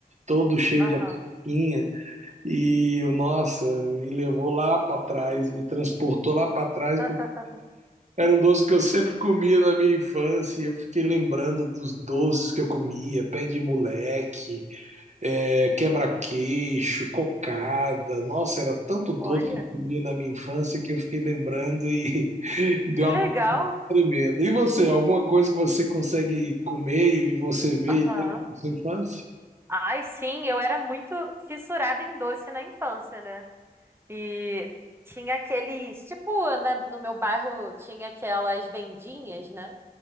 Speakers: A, on the right (about 50°); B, on the right (about 15°).
A: todo cheio
B: Aham.
A: de açuquinha. E, nossa, me levou lá pra trás, me transportou lá pra trás
B: <laughs>
A: Era um doce que eu sempre comia na minha infância. e Eu fiquei lembrando dos doces que eu comia, pé de moleque, é, quebra-queixo, cocada. Nossa, era tanto doce
B: Olha,
A: que eu comia na minha infância que eu fiquei lembrando e <laughs> deu
B: que legal.
A: uma tremenda. E você, alguma coisa que você consegue comer e você vê
B: Aham.
A: e tem na sua infância?
B: Ai, sim, eu era muito fissurada em doce na infância, né? E tinha aqueles, tipo, na- no meu bairro tinha aquelas vendinhas, né?